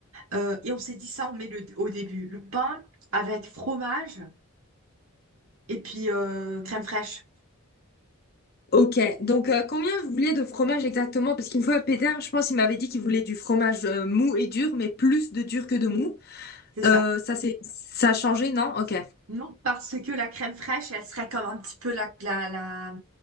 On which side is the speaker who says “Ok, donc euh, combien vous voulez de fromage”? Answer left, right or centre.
Left